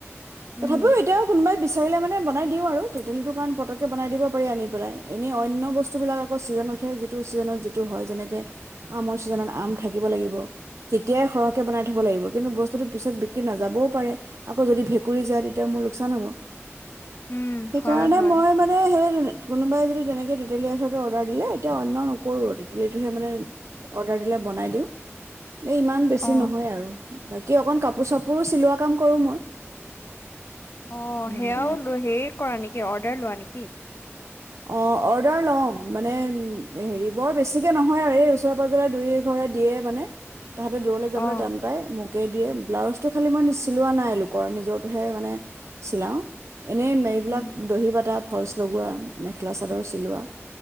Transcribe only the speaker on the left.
উম
উম
হয় হয়
অ
অ
সেয়াও হেৰি কৰা নেকি অৰ্ডাৰ লোৱা নেকি
অ
উম